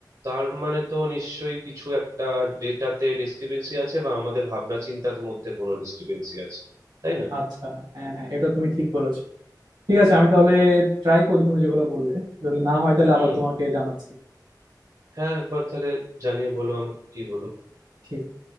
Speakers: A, on the right; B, on the right.
A: তার মানে তো নিশ্চয়ই কিছু একটা ডেটাতে ডিসক্রিপেন্সি আছে বা আমাদের ভাবনা চিন্তার মধ্যে কোনো ডিসক্রিপেন্সি আছে তাই না
B: আচ্ছা হ্যাঁ হ্যাঁ এটা তুমি ঠিক বলেছো ঠিক আছে আমি তাহলে ট্রাই করি তুমি যেগুলো বললে যদি না হয় তাহলে
A: হুম
B: আবার তোমাকে জানাচ্ছি
A: হ্যাঁ একবার তাহলে জানিয়ে বলো আমাকে কি হলো
B: ঠিক আছে